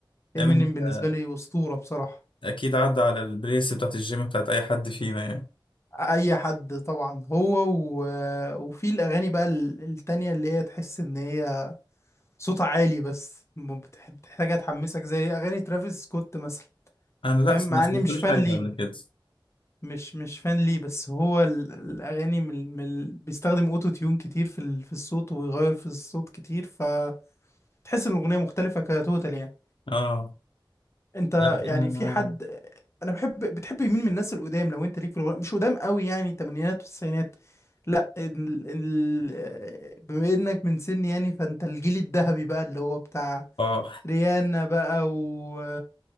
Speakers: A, on the left (about 35°); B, on the left (about 75°).
A: امينيم
B: أمين،
A: بالنسبة
B: آه،
A: لي أسطورة بصراحة
B: اكيد عدى على البلاي ليست بتاعت الجيم بتاعت اي حد فينا يعني
A: اي حد طبعا هو و... وفي الاغاني بقى ال- التانية اللي هي تحس ان هي صوتها عالي بس م- بتح- بتحتاجها تحمسك زي اغاني ترافيس سكوت مثلا
B: انا لا
A: فاهم مع
B: ما سمعتلوش
A: اني مش فان
B: حاجه
A: ليه
B: قبل كده
A: مش مش فان ليه بس هو ال... الاغاني من... ال- من... ال- بيستخدم اوتو تيون كتير في ال... في الصوت ويغير في الصوت كتير فتحس ان الاغنية مختلفة كتوتال يعني
B: اه
A: انت
B: لا
A: يعني
B: أنا-
A: في حد انا بحب بتحب مين من الناس القدام لو انت ليك في الغناء مش قدام قوي يعني الثمانينات والتسعينات لا ال... ال... بما انك من سني يعني فانت الجيل الذهبي بقى اللي هو بتاع
B: اه
A: ريانا بقى و...